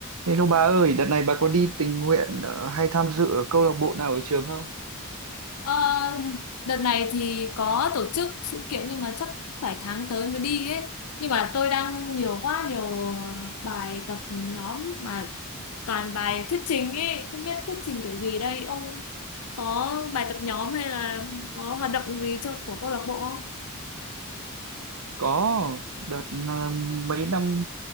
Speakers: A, on the right; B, on the left.
A: Hello bà ơi, đợt này bà có đi tình nguyện ờ, hay tham dự ở câu lạc bộ nào ở trường không?
B: Ờ, đợt này thì có tổ chức sự kiện nhưng mà chắc phải tháng tới mới đi ấy. Nhưng mà tôi đang nhiều quá nhiều ờ, bài tập nhóm mà toàn bài thuyết trình ấy, không biết thuyết trình kiểu gì đây. Ông có bài tập nhóm hay là có hoạt động gì cho của câu lạc bộ không?
A: Có đợt à, mấy năm